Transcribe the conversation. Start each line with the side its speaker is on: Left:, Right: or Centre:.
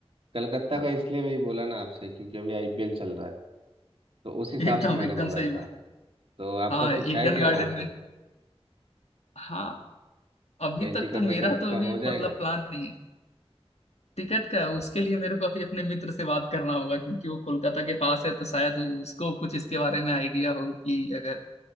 Right: कलकत्ता
Left: हाँ
Right: का इसलिए वही बोला ना आपसे क्योंकि अभी आईपीएल चल रहा है तो
Left: <laughs>
Right: उस हिसाब
Left: एकदम
Right: से मैंने
Left: एकदम
Right: बोला
Left: सही
Right: था
Left: बात है
Right: तो आपका
Left: हाँ
Right: कुछ
Left: ईडन
Right: है क्या
Left: गार्डन
Right: वहाँ
Left: में
Right: पे
Left: हाँ अभी
Right: कहीं
Left: तक
Right: टिकट
Left: तो मेरा
Right: विकट
Left: तो
Right: का
Left: अभी
Right: हो जाएगा
Left: मतलब प्लान नहीं है टिकट का उसके लिए मेरे को अभी अपने मित्र से बात करना होगा क्योंकि वो कोलकाता के पास है तो शायद उसको कुछ इसके बारे में आइडिया हो कि अगर